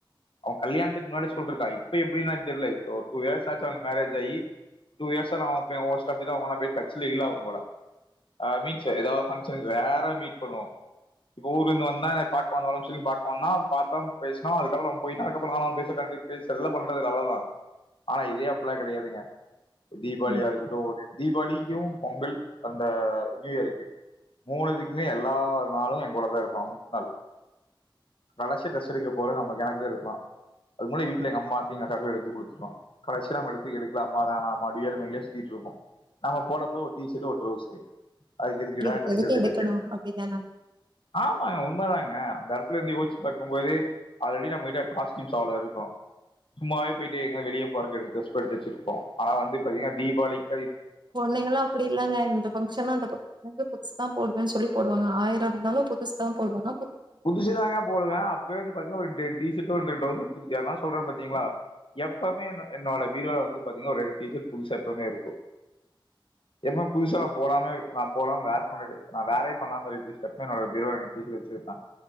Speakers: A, on the left; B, on the right.
A: அவங் கல்யாணத்துக்கு முன்னாடி சொல்றுக்கா இப்ப எப்டின்லா தெர்ல இப்போ டூ இயர்ஸ் ஆச்சி அவனுக் மேரேஜ் ஆயி டூ இயர்ஸா நா அவ பே <unintelligible> அப்டியே டச்ல இல்ல அவுங்களா ஆ மீன்ஸு ஏதாவ் ஃபங்க்ஷனுக்கு ரேரா மீட் பண்ணுவோ இப்போ ஊர்லேந்து வந்தா என்னைய பாக் வாங்க வரன் சொல்லி பாக்க வந்தா பாத்தா பேஸ்னா அதுக்கப்பறொ அவ போய்ட்டா அதுக்கப்பறோ நானு அவனு <unintelligible> பேசறதில்ல பண்றதில்ல அவ்வளதா ஆனா இதே அப்புல்லா கடையாதுங்க தீபாவாளியா
B: ம்
A: இருக்கட்டு ஒரு தீபாவாளிக்கு பொங்கல் அந்த நியூ இயருக்கு மூணுதுக்மே எல்லா நாளு எங்கோட தா இருப்பா மு நாள் கடசி ட்ரெஸ் எடுக்க போற நம்ம கணக்குல எடுப்பா அதுக் மொதல்ல வீட்ல எங்க அம்மாக்கு எங்கக்காக்குலா எடுத்து குடுத்துருவா கடசீல அவனுக்கு எடுக்லாமா வேணாம் <unintelligible> சுத்தியிட்ருப்பா நம்ம போனப்போ ஒரு டீ சர்ட்டு ஒரு ட்ரௌசரு அதுக்கு எதுக்குடா
B: இதுக்கு
A: ட்ரெஸ்
B: எதுக்கு
A: எடுத்துட்ருக்க
B: எடுக்கணு அப்படிதான
A: ஆமாங்க உண்ம தாங் அ அந்த எடத்லேந்து யோசிச்சு பாக்கம்போது ஆல்ரெடி நம்மயிட்ட காஸ்ட்யூம்ஸ் அவ்ளோ இருக்கு சும்மாவே போய்ட்டு எங்க வெளிய போறக்கு எனக்கு ட்ரஸ் எடுத்து வச்சிட்ருப்பா ஆனா வந்து பாத்தீங்கன்னா தீபாவளிக்
B: பொண்ணுங்கா அப்டி இல்லங்க இந்த ஃபங்க்ஷனா அந்த ப <inaudible> புதுசுதா போடுவேன் சொல்லி போடுவாங்க ஆயிரொ இருந்தாலு புதுசுதா போடுவனா
A: புதுசுதாங்க போடுவ அப்பயே வந்து பாத்தீங்க ஒரு டே டி ஷட்டு ஒண்ட டௌசர் தூக் ஏன்னா சொல்ற பாத்தீங்ளா எப்பவ்மே ந என்னோட பீரோல வந்து பாத்தீங்க ஒரு ரெண் டீஷட் புதுசா எப்பவ்மே இருக்கு என்மோ புதுசா நா போடாம நா போடாம வேர் பண்றது நா வேரே பண்ணாம இருக்க டீஷட்னா என்னோட பீரோல ரெண் டீஷட் வச்சிர்ப்ப